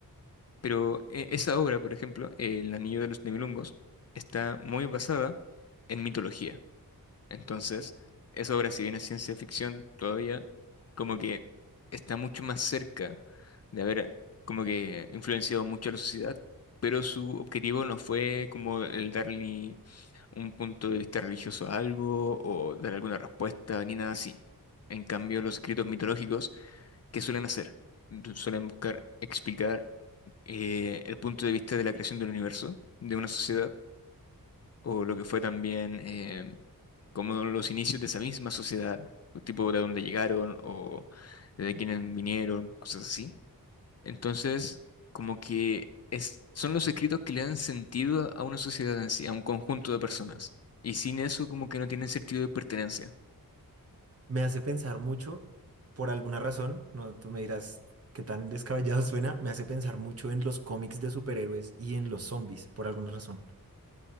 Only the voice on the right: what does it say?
Mm.
me hace pensar mucho, por alguna razón, no, tú me dirás qué tan descabellado suena, me hace pensar mucho en los cómics de superhéroes y en los zombies, por alguna razón.